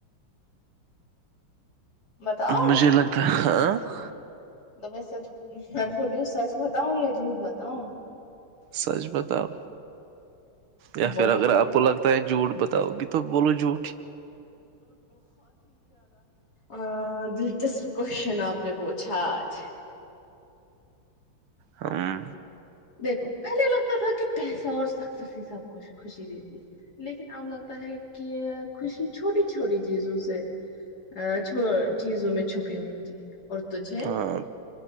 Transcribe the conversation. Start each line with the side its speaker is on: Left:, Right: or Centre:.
Left: بتاؤ
Right: مجھے لگتا ہے ہاںھ
Left: تو میں سچ میں بولی ہوں سچ بتاؤں یا جھوٹ بتاؤں
Right: سچ بتاؤ یا
Left: بہت
Right: پھر اگر آپ کو لگتا جھوٹ بتاؤ گی تو بولو جھوٹ
Left: ا دلچسپ کوشچن آپ نے پوچھا آج
Right: ہوں
Left: دیکھو پہلے لگتا تھا کہ پیسہ اور سکسیس ہی سب کچھ خوشی دیتی ہے لیکن اب لگتا ہے کہ خوشی چھوٹی چھوٹی چیزوں سے ا چیزوں میں چھپی ہوتی ہے اور تھے
Right: ہاں